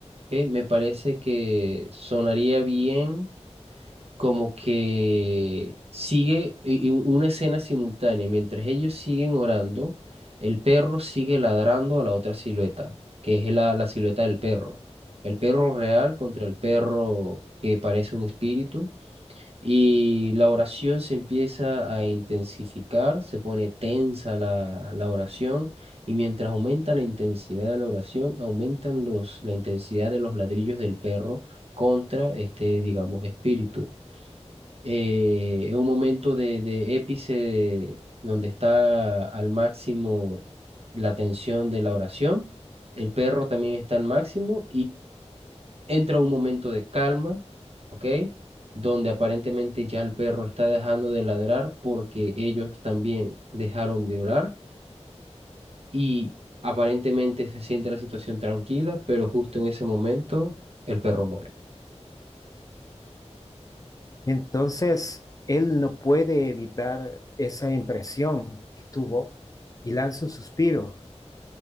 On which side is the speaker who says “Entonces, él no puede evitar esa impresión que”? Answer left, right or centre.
Left